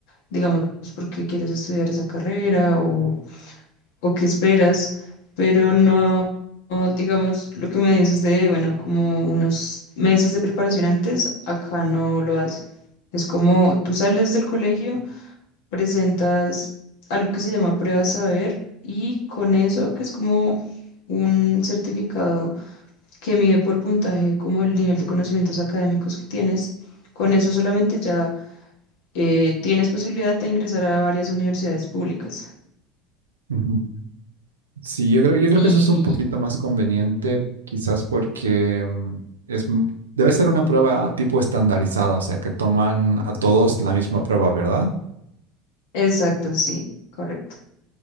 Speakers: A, on the left (about 70°); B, on the right (about 80°).
A: digamos, por qué quieres estudiar esa carrera o o qué esperas, pero no, no, digamos, lo que me dices de, bueno, como unos meses de preparación antes, acá no lo hacen. Es como tú sales del colegio, presentas algo que se llama prueba de saber y con eso, que es como un certificado que mide por puntaje como el nivel de conocimientos académicos que tienes, con eso solamente ya eh, tienes posibilidad de ingresar a varias universidades públicas.
B: Ujú. Sí, yo creo, yo creo
A: Y
B: que eso es un poquito más conveniente, quizás porque mm, es, m- debe ser una prueba tipo estandarizada, o sea, que toman a todos la misma prueba, ¿verdad?
A: exacto, sí, correcto.